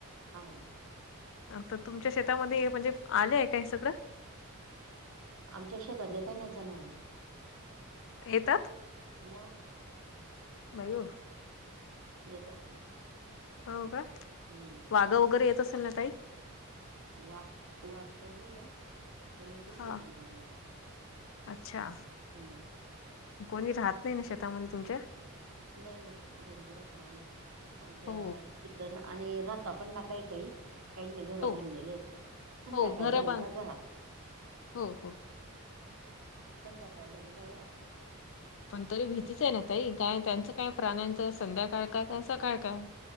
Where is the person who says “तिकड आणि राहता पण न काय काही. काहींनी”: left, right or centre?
Right